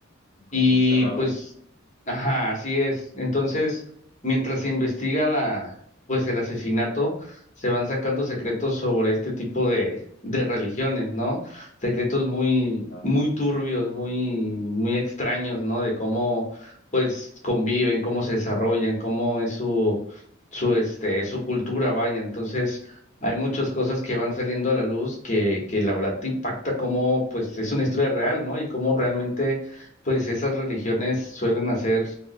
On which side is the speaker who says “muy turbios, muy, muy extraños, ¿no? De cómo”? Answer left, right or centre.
Left